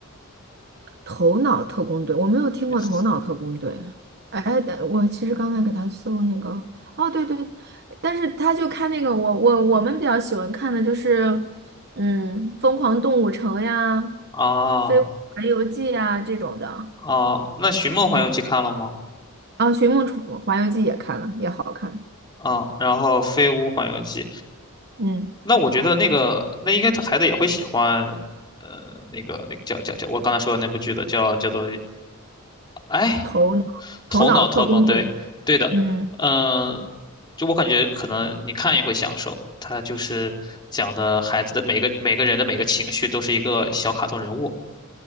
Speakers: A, on the right (about 50°); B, on the left (about 20°).
A: 头脑特工队，我没有听过头脑特工队。
B: ？Yes。
A: 哎，但我其实刚才给他搜那个，哦，对对，但是他就看那个，我我我们比较喜欢看的就是，嗯，《疯狂动物城》呀，
B: 啊
A: 《飞屋环游记》呀这种的。
B: 啊，那《寻梦环游记》看了吗？
A: 嗯，啊，《寻梦楚环游记》也看了，也好看。
B: 啊，然后《飞屋环游记》，
A: 嗯，
B: 那我觉得那个那应该他孩子也会喜欢，呃，那个那个叫叫叫，我刚才说的那部剧的叫叫做哎。
A: 头脑头脑特工队。
B: 头脑特工，队，对的，
A: 嗯，
B: 嗯，就我感觉可能你看也会享受，他就是讲的孩子的每个每个人的每个情绪都是一个小卡通人物，